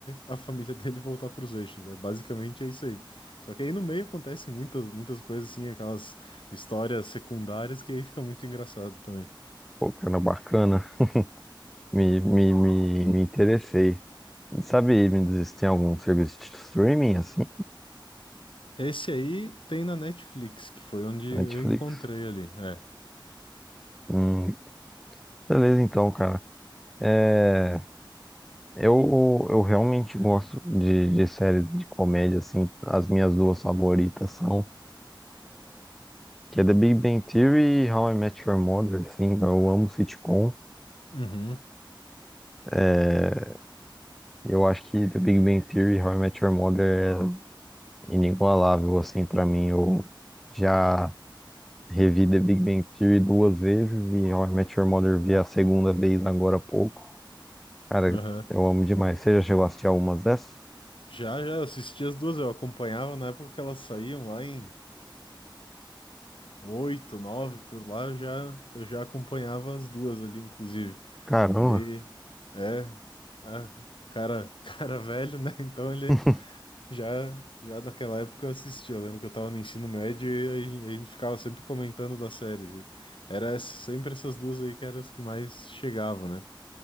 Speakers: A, on the left (about 80°); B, in the centre.
A: a família dele voltar para os eixos. É basicamente é isso aí. Só que aí no meio acontece muitas muitas coisas assim, aquelas histórias secundárias que aí fica muito engraçado também.
B: Pô, cara, bacana. Me, me, me, me interessei. Sabe me diz se tem algum serviço de streaming, assim?
A: Esse aí tem na Netflix, que foi onde eu
B: Netflix?
A: encontrei ali. É.
B: Hum, beleza, então, cara. É, eu, eu realmente gosto de, de séries de comédia, assim. As minhas duas favoritas são. Que é The Big Bang Theory e How I Met Your Mother, assim, eu amo sitcom.
A: Uhum.
B: É, Eu acho que The Big Bang Theory e How I Met Your Mother é inigualável, assim, pra mim. Eu já revi The Big Bang Theory duas vezes e How I Met Your Mother vi a segunda vez agora há pouco. Cara,
A: Aham.
B: eu amo demais. Você já chegou a assistir algumas dessas?
A: Já, já, eu assisti as duas, eu acompanhava na época que elas saíam lá em 2008, nove por lá, eu já, eu já acompanhava as duas ali, inclusive.
B: Caramba,
A: Aí, é, é, o cara, <laughs> o cara velho, né? Então ele,
B: <laughs>
A: Já, já naquela época eu assistia. Eu lembro que eu tava no ensino médio e a gen- a gente ficava sempre comentando das séries. E era ess- sempre essas duas aí que eram as que mais chegavam, né?